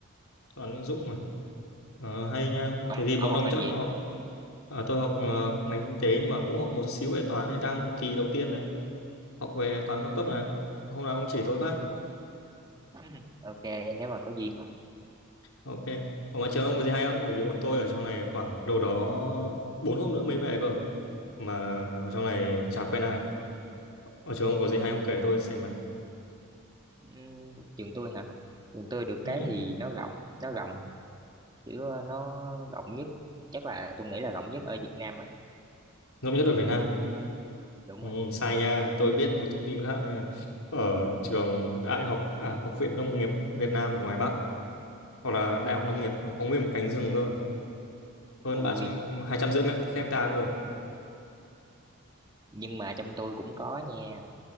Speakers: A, on the left; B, on the right.
A: Đoàn ứng dụng mà. Ờ, hay
B: Ừ.
A: nha.
B: Ông
A: Thế thì bọn
B: ông học
A: ông
B: ngành
A: chắc
B: gì?
A: có học... Ờ, tôi học ờ, ngành kinh tế nhưng mà cũng học một xíu về toán này. Đang kỳ đầu tiên này. học về toán cao cấp này hôm nào ông chỉ tôi phát
B: <laughs> Ok, nếu mà có duyên.
A: ok còn mà trường ông có gì hay không bởi vì bọn tôi ở trong này khoảng đâu đó bốn hôm nữa mới về cơ mà ở trong này chả quen ai ở trường ông có gì hay ông kể tôi xem nào
B: Ừm, trường tôi hả? Trường tôi được
A: ừ.
B: cái thì nó rộng, nó rộng, kiểu ờ, nó rộng nhất, chắc là tôi nghĩ là rộng nhất ở Việt Nam á.
A: ngẫm nhất ở Việt Nam
B: Đúng
A: ừ,
B: rồi.
A: sai nha tôi biết một thông tin khác là ở trường đại học à, học viện nông nghiệp Việt Nam ở ngoài Bắc hoặc là đại học nông nghiệp nó có nguyên một cánh rừng cơ hơn
B: Ui,
A: ba trăm hai trăm rưỡi mét hecta cơ
B: nhưng mà trong tôi cũng có nha